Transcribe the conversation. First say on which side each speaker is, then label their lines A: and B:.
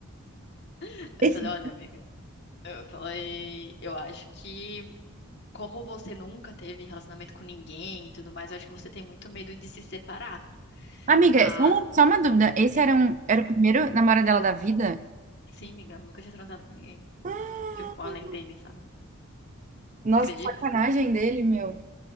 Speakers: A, on the left; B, on the right.
A: <laughs>
B: Esse-
A: eu falei, olha, amiga, eu falei, eu acho que como você nunca teve relacionamento com ninguém e tudo mais, eu acho que você tem muito medo de se separar.
B: Amiga,
A: Mas
B: só uma, só uma dúvida. Esse era, um, era o primeiro namorado dela da vida?
A: Sim, Miguel, nunca tinha transado com ninguém.
B: Ah,
A: Tipo, além dele, sabe?
B: Nossa,
A: Acredito.
B: que sacanagem dele, meu.